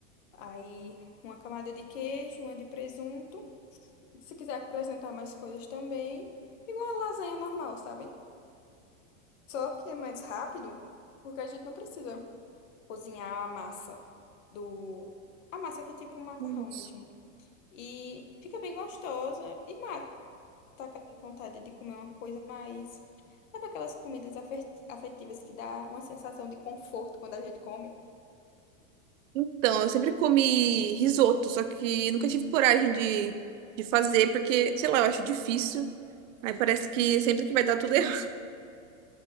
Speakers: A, on the left; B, on the right.
A: aí uma camada de queijo, uma de presunto. Se quiser acrescentar mais coisas também, igual a lasanha normal, sabe? Só que é mais rápido, porque a gente não precisa cozinhar a massa do... A massa que é tipo um macarrão
B: Nossa.
A: mesmo. E fica bem gostosa e mata aquela vontade de comer uma coisa mais... Sabe aquelas comidas afet afetivas que dá uma sensação de conforto quando a gente come?
B: Então, eu sempre comi risoto, só que nunca tive coragem de, de fazer, porque, sei lá, eu acho difícil. Aí parece que sempre que vai dar tudo errado.